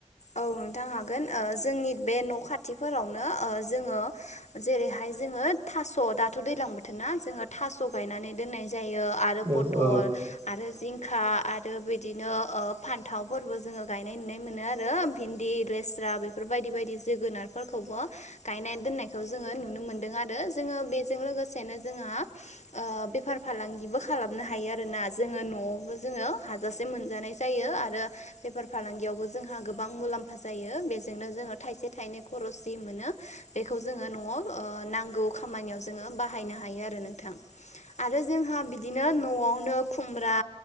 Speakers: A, on the left; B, on the right.
A: औ नोंथां हागोन ओ जोंनि बे न' खाथिफोरावनो ओ जोङो जेरैहाय जोङो थास‌‌' दाथ' दैज्लां बोथोरना जोङो थास‌‌' गायनानै दोननाय जायो आरो
B: औ
A: पथल
B: औ
A: आरो जिं खा आरो बिदिनो फान्थावफोरबो जोङो गायनाय नुनाय मोनो आरो आरो भिन्दि लेस्रा बेफोर बायदि बायदि जोगोनारफोरखौबो गायनाय दोननायखौ जोङो नुनो मोन मोनदों आरो जोङो बेजों लोगोसेनो जोंहा ओ बेफार फालांगिबो खालामनो हायो आर आरोना जोङो न'आवबो जोङो हाजासे मोनजानाय जायो आरो बेफार फालांगियावबो जोंहा गोबां मुलाम्फा जायो बेजोंनो जोङो थाइसे थाइनै खरसि मोनो बेखौ जोङो न'आव ओ नांगौ खामानियाव जोङो बाहायनो हायो आरो नोंथां
B: <inaudible>
A: आरो जोंहा बिदिनो न'आवनो खुमब्रा